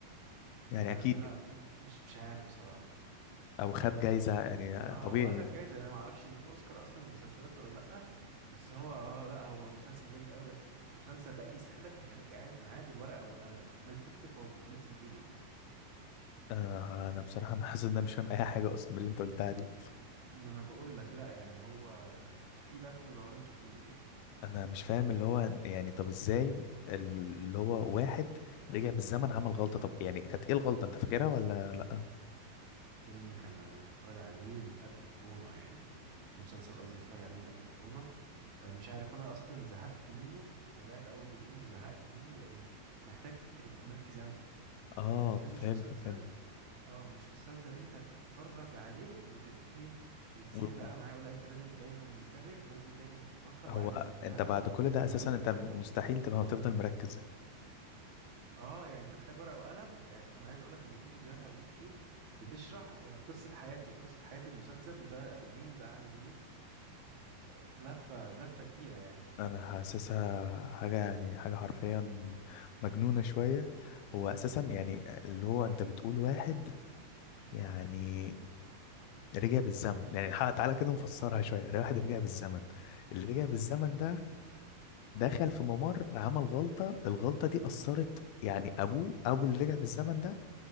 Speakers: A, on the left (about 85°); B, on the right (about 55°).
A: يعني
B: ما-
A: اكيد
B: لا م- مش مش عارف بصراحة
A: او خد جايزة يعني
B: اه
A: طبيعي
B: هو اخد جايزة انا ما اعرفش ان في اوسكار اصلا للمسلسلات ولا لا بس هو اه لا هو مسلسل جامد قوي بس المسلسل ده يسحلك يخليك قاعد معاه بالورقة والقلم عمال تكتب هو بي... الناس دي بتقول ايه
A: آه، انا بصراحه انا حاسس ان انا مش فاهم اي حاجه اصلا من اللي انت قلتها دي
B: ما انا بقول لك لا يعني هو في لف ودوران كتير يعني
A: انا مش فاهم اللي هو يعني طب ازاي ال- اللي هو واحد رجع بالزمن عمل غلطه طب يعني كانت ايه الغلطه انت فاكرها ولا لا
B: فيلم كان انا هتفرج عليه من قبل كورونا يعني من المسلسل قصدي متفرج عليه من قبل كورونا فمش عارف انا اصلا زهقت منه تابعت اول جزئين وزهقت منه لان محتاج تبقى مركز قوي فيعني
A: اه
B: ده مش
A: فهمت
B: مسلسل
A: فهمت
B: اه مش مسلسل انت تتفرج عليه وتت ايه وتسيح
A: و-
B: بقى
A: و-
B: معاه ولا انت لازم دايما منتبه ولازم دايما بتفكر
A: هو
B: وعارف ان ده
A: انت بعد كل ده
B: زمان
A: اساسا
B: كان
A: انت
B: كذا
A: مستحيل تبقى وتفضل مركز
B: اه يعني انت محتاج ورقة وقلم يعني انا عايز اقولك ان في فيديوهات على اليوتيوب بتشرح آه، قصة حياته قصة حياة المسلسل وده ابو مين وده عامل مين آه، لفة لفة كبيرة يعني
A: انا حاسسها حاجه يعني حاجه حرفيا مجنونه شويه هو اساسا يعني
B: امم
A: اللي هو انت بتقول واحد يعني رجع بالزمن يعني ح- تعالى كده نفسرها شوية الواحد رجع بالزمن اللي رجع بالزمن
B: امم
A: ده دخل في ممر عمل غلطة الغلطة دي أثرت يعني أبوه أبو اللي رجع بالزمن ده